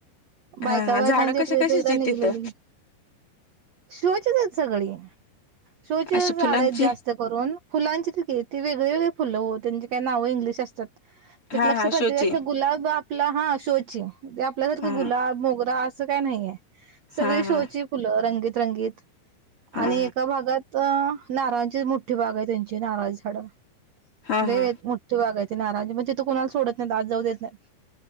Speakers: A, on the right (about 65°); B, on the left (about 30°).
A: बायका
B: हा हा
A: बायकांची
B: झाडं कशा
A: ट्रिप
B: कशाची
A: एकदा
B: आहेत
A: निघलेली,
B: तिथं
A: शिवाची <unintelligible> सगळी शोचे
B: अशी
A: झाड
B: फुलांची
A: आहेत जास्त करून फुलांची <unintelligible> ती वेगळी वेगळी फुलं ओ, त्यांची काही नावं इंग्लिश असत्यात
B: हा
A: एक लक्षात
B: हा
A: राहत,
B: शोची
A: अस गुलाब आपला हा शो ची आपल्यासारका
B: हा
A: गुलाब, मोगरा असं काय नाहीय, सगळी
B: हा
A: शोची
B: हा
A: फुलं रंगीत रंगीत.
B: हा हा
A: आणि एका भागात नारळांची मोठी बाग आहे त्यांची नारळाची झाडं.
B: हा हा
A: ते हाय मोठठी बाग आहे ती नारळाची, म तिथं कुणाला सोडत नाहीत आत जाऊ देत नाहीत.